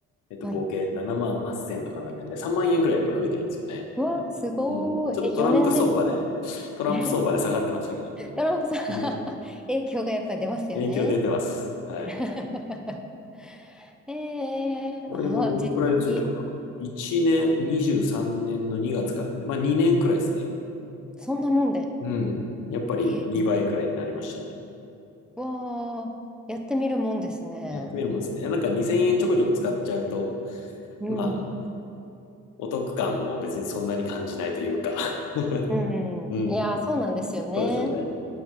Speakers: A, on the left; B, in the centre.
A: えっと、
B: はい。
A: 合計7万8千0とかになってるんで、3万円くらいやっぱ増えてるんですよね。
B: うわー、すごーい。
A: うん。ちょっとトランプ相場で、
B: え、4年でで
A: トランプ相場で下がってましたけど、
B: す。<laughs> ドランプさん <laughs>
A: うん。
B: 影響がやっぱり出ますよね。
A: 影響出てます。はい。
B: <laughs> ええあ、
A: これもどんくらいついたかな。
B: 実際に、
A: 1年、23年の2月からなんで、まあ2年くらいですね。
B: そんなもんで。
A: うん。やっぱり2倍くらいになりましたね。
B: ええわあ、やってみるもんですね。
A: やってみるもんですね。なんか2000円ちょこちょこ使っちゃうと、
B: うん。
A: まあ、お得感も別にそんなに感じないというか <laughs>
B: う
A: うん。
B: ん。いやー、そうなんですよね。
A: そうですよね。